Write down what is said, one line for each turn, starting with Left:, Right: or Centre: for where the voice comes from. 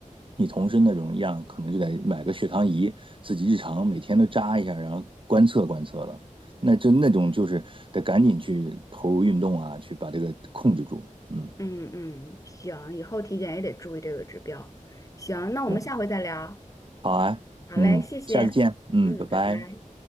Right: 你同事那种一样，可能就得买个血糖仪，自己日常每天都扎一下，然后观测观测了。那就那种就是得赶紧去投入运动啊，去把这个控制住。嗯，
Left: 嗯嗯，行，以后体检也得注意这个指标。行，那我们下回再聊。
Right: 对吧？好啊，
Left: 好嘞，
Right: 嗯，
Left: 谢谢，
Right: 下次见，嗯，
Left: 嗯，
Right: 拜拜。
Left: 拜拜。